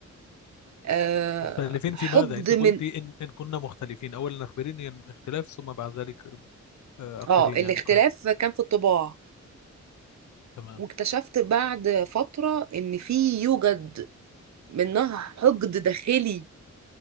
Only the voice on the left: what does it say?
مختلفين
في ماذا انت
قلتي ان ان كنا مختلفين اولا اخبريني عن الاختلاف ثم بعد ذلك آه، اخبريني
عن قال
تمام